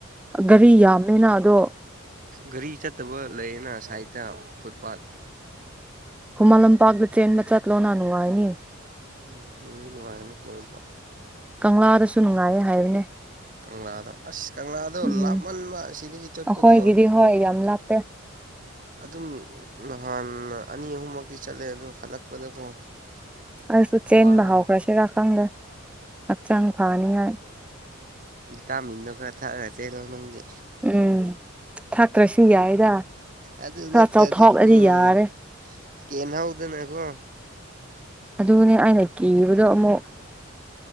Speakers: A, in the centre; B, on the right.
A: ꯒꯥꯔꯤ ꯌꯥꯝꯃꯦꯅ ꯑꯗꯣ
B: ꯒꯔꯤ ꯆꯠꯇꯕ ꯂꯩꯌꯦꯅ ꯁꯥꯏꯠꯇ ꯐꯨꯠꯄꯥꯥꯠ
A: ꯈꯨꯃꯟ ꯂꯝꯄꯥꯛꯇ ꯆꯦꯟꯕ ꯆꯠꯂꯣꯅ ꯅꯨꯡꯉꯥꯏꯅꯤ
B: ꯎꯝ ꯏ ꯋꯥꯅꯦꯉ ꯄ <unintelligible>
A: ꯀꯪꯂꯥꯗꯁꯨ ꯅꯨꯡꯉꯥꯏꯌꯦ ꯍꯥꯏꯕꯅꯦ
B: ꯀꯪꯂꯥꯗ ꯑꯁ ꯀꯪꯂꯥꯗꯣ
A: ꯎꯝ
B: ꯂꯥꯞꯃꯟꯕ ꯑꯁꯤꯗꯒꯤ ꯆꯠꯄꯗꯣ
A: ꯑꯈꯣꯏꯒꯤꯗꯤ ꯍꯣꯏ ꯌꯥꯝ ꯂꯥꯞꯄꯦ
B: ꯑꯗꯨꯝ ꯅꯍꯥꯟ ꯑꯅꯤ ꯑꯍꯨꯝꯃꯛꯇꯤ ꯆꯠꯂꯦ ꯑꯗꯣ ꯍꯜꯂꯛꯄꯗꯀꯣ
A: ꯑꯁꯨ ꯆꯦꯟꯕ
B: ꯋꯥꯕ
A: ꯍꯧꯈꯔꯁꯤꯔ ꯈꯪꯗꯦ ꯍꯛꯆꯥꯡ ꯐꯅꯤꯉꯥꯏ
B: ꯚꯤꯇꯥꯃꯤꯟꯗꯣ ꯈꯔ ꯊꯛꯑꯒ ꯆꯦꯜꯂꯣ ꯅꯪꯗꯤ
A: ꯎꯝ ꯊꯛꯇ꯭ꯔꯁꯨ ꯌꯥꯏꯗ
B: ꯑꯗꯨ ꯅꯠꯇ꯭ꯔꯗꯤ
A: ꯈꯔ ꯆꯥꯎꯊꯣꯛꯑꯗꯤ
B: ꯎꯝ
A: ꯌꯥꯔꯦ
B: ꯀꯦꯟꯍꯧꯗꯅꯀꯣ
A: ꯑꯗꯨꯅꯦ ꯑꯩꯅ ꯀꯤꯕꯗꯣ ꯑꯃꯨꯛ